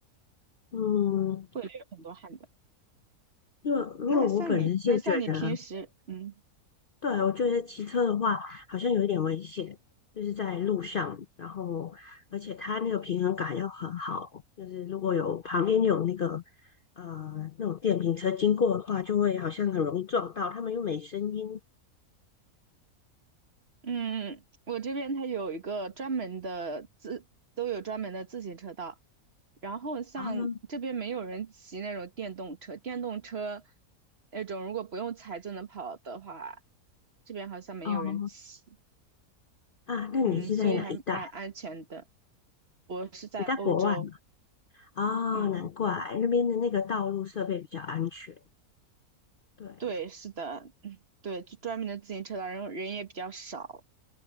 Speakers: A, on the left (about 50°); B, on the right (about 45°).
A: 嗯。
B: 会流很多汗的。
A: 因为因为我本人是觉得，
B: 那像你，那像你平时，嗯
A: 对，我就是骑车的话好像有一点危险，就是在路上，然后而且它那个平衡感要很好，就是如果有旁边有那个呃那种电瓶车经过的话，就会好像很容易撞到，他们又没声音。
B: 嗯，我这边它有一个专门的自，都有专门的自行车道。然后像这边没有人骑那种电动车，
A: 然后
B: 电动车那种如果不用踩就能跑的话，这边好像没有人骑。
A: 哦啊，那你是在哪一带？
B: 嗯，所以还蛮安全的。我是在欧洲，
A: 你在国外吗？哦，
B: 嗯。
A: 难怪那边的那个道路设备比较安全。对
B: 对，是的，嗯，对，就专门的自行车道，然后人也比较少，